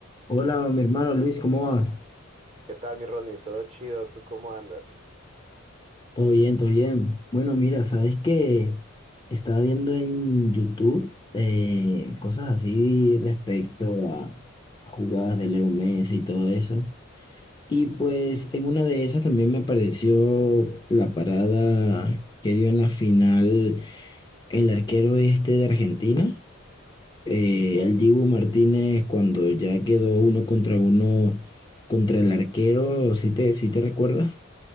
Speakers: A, on the left; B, on the right.
A: Hola, mi hermano Luis, ¿cómo vas?
B: ¿Qué tal, mi Ronnie? ¿Todo chido? ¿Tú cómo andas?
A: Todo bien, todo bien. Bueno, mira, sabes que estaba viendo en YouTube eh, cosas así respecto a a jugadas de Leo Messi y todo eso. Y pues en una de esas también me apareció la parada que dio en la final el arquero este de Argentina, eh, el Dibu Martínez, cuando ya quedó uno contra uno contra el arquero, si te, si te recuerdas?